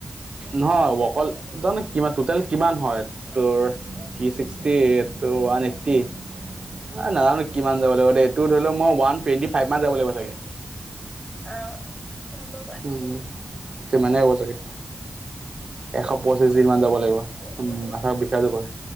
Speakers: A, on the right (about 50°); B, in the centre.
A: নহ'য় অকল, জানোঁ কিমান? টোটেল কিমান হ'য়? তোৰ থ্ৰী চিক্সটি, তোৰ ওৱান এইট্‌টি? মই নাজানোঁ, কিমান যাব লাগিব দেই। তোৰ ধৰি লওঁক, মই ওৱান টুৱেণ্টি ফাইভ মান যাব লাগিব চাগে।
B: অ'! হ'ব, বা
A: উম! উম! সিমানে হ'ব চাগে। এশ পঁচিশ দিন মান যাব লাগিব। উম! মাথা বিষাই যাবগে।